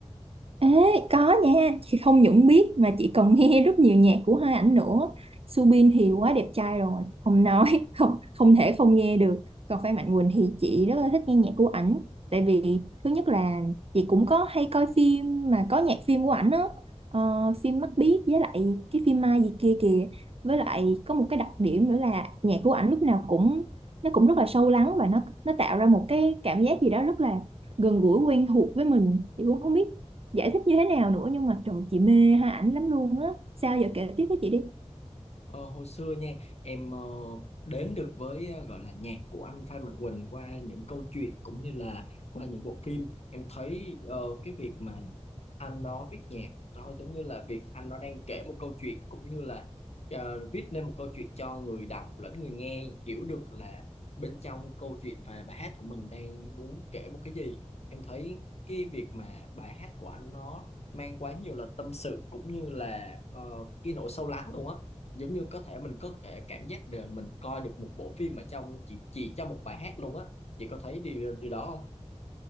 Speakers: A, on the right (about 55°); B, on the left (about 65°).
A: Ê, có nha, chị không những biết mà chị còn nghe rất nhiều nhạc của hai ảnh nữa. Subin thì quá đẹp trai rồi, không nói, <laughs> không không thể không nghe được. Còn Phan Mạnh Quỳnh thì chị rất là thích nghe nhạc của ảnh. Tại vì thứ nhất là chị cũng có hay coi phim mà có nhạc phim của ảnh á. Ờ, phim Mắt Biếc với lại cái phim Mai gì kia kìa. Với lại có một cái đặc điểm nữa là nhạc của ảnh lúc nào cũng nó cũng rất là sâu lắng và nó nó tạo ra một cái cảm giác gì đó rất là gần gũi quen thuộc với mình. Chị cũng không biết giải thích như thế nào nữa nhưng mà trời chị mê hai ảnh lắm luôn á sao giờ kể tiếp với chị đi
B: Ờ, hồi xưa nha em ờ, đến được với ờ, gọi là nhạc của anh Phan Mạnh Quỳnh qua những câu chuyện cũng như là qua những bộ phim em thấy ờ, cái việc mà anh đó viết nhạc đó giống như là việc anh đó đang kể một câu chuyện cũng như là ờ, viết nên một câu chuyện cho người đọc lẫn người nghe hiểu được là bên trong câu chuyện và bài hát của mình đang muốn kể một cái gì em thấy cái việc mà bài hát của anh nó mang quá nhiều là tâm sự cũng như là ờ, cái nỗi sâu lắng luôn á giống như có thể mình có thể cảm giác được mình coi được một bộ phim ở trong chỉ chỉ trong một bài hát luôn á chị có thấy điều điều đó không